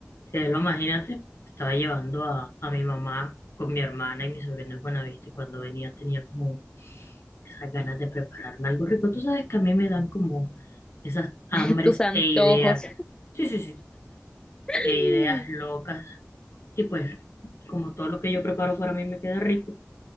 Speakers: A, on the left; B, on the left.
A: Sí, lo imagínate, estaba llevando a, a mi mamá con mi hermana y mi sobrino el Buenavista y cuando venía tenía como esas ganas de prepararme algo rico. Tú sabes que a mí me dan como esas hambres
B: <laughs> tus antojos.
A: e ideas, sí, sí, sí,
B: <laughs>
A: e ideas locas. Y pues como todo lo que yo preparo para mí me queda rico,